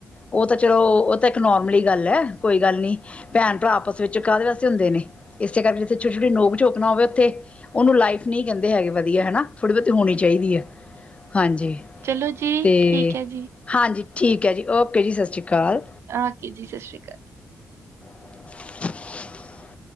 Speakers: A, on the left; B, on the right.
A: ਉਹ ਤਾਂ ਚਲੋ ਉਹ ਤਾਂ ਇੱਕ ਨੋਰਮਲੀ ਗੱਲ ਹੈ, ਕੋਈ ਗੱਲ ਨੀ ਭੈਣ ਭਰਾ ਆਪਸ ਵਿੱਚ ਕਾਹਦੇ ਵਾਸੇ ਹੁੰਦੇ ਨੇ। ਇਸੇ ਕਰਕੇ ਜਿੱਥੇ ਛੋਟੀ ਛੋਟੀ ਨੋਕ ਝੋਕ ਨਾ ਹੋਵੇ, ਉੱਥੇ ਉਹਨੂੰ ਲਾਈਫ ਨਹੀਂ ਕਹਿੰਦੇ ਹੈਗੇ ਵਧੀਆ ਹਨ ਥੋੜ ਬਹੁਤੀ ਹੋਣੀ ਚਹੀਦੀ ਚਾਹੀਦੀ ਹੈ, ਹਾਂਜੀ
B: ਚਲੋ ਜੀ,
A: ਤੇ
B: ਠੀਕ ਹੈ ਜੀ।
A: ਹਾਂਜੀ ਠੀਕ ਹੈ ਜੀ, ਔਕੇ ਜੀ, ਸਤਿ ਸ਼੍ਰੀ ਅਕਾਲ
B: ਔਕੇ ਜੀ, ਸਤਿ ਸ਼੍ਰੀ ਅਕਾਲ
A: <unintelligible>